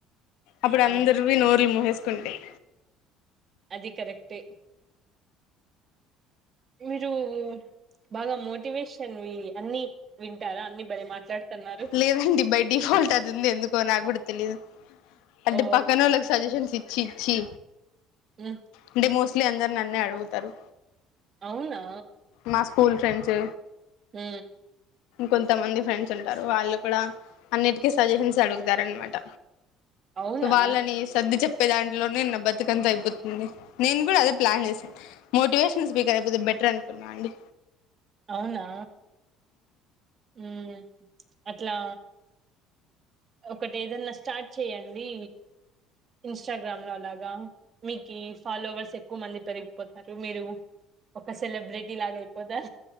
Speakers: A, on the left; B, on the right.
A: అప్పుడు
B: ఆ
A: అందర్వి నోర్లు ము సుకుంటయ్
B: అది కరెక్ట్ మీరు బాగ మోటివేషన్ అన్ని వింటారా అన్ని భలే మాట్లాడుతున్నారు
A: లేదండి బై డిఫాల్ట్ అది ఉంది ఎందుకో నా గుడ తెలీదు అంటే
B: ఓ
A: పక్కన వాళ్ళకి సజెషన్స్ ఇచ్చి ఇచ్చి
B: ఉమ్
A: అంటే మోస్ట్లీ అందరు నన్నే అడుగుతారు
B: అవునా
A: మా స్కూల్ ఫ్రెండ్స్
B: హు
A: కొంతమంది ఫ్రెండ్స్ ఉంటారు వాళ్ళు కూడ అన్నిటికీ సజెషన్స్ అడుగుతారు అనమాట
B: అవునా
A: సో వాళ్ళని సర్ది చెప్పే దాంట్లోనే బతుకంత అయిపో నేను కూడ అదే ప్లాన్ చేశ మోటివేషనల్ స్పీకర్ అయిపోతే బెటర్ అనుకున్నాను అండి
B: అవునా ఉ అట్లా ఒకటి ఏదన్నా స్టార్ట్ చేయండి ఇన్స్టాగ్రామ్ లో అలాగ మీకు ఫాలోవర్స్ ఎక్కువ మంది పెరిగిపోతారు మీరు ఒక సెలబ్రిటీ లాగా అయిపోతారు